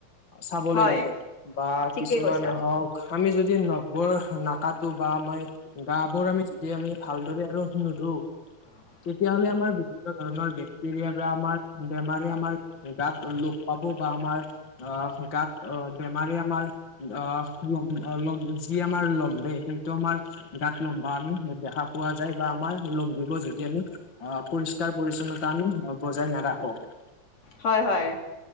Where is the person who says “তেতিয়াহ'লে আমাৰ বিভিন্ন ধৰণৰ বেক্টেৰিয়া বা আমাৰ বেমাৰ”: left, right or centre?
Left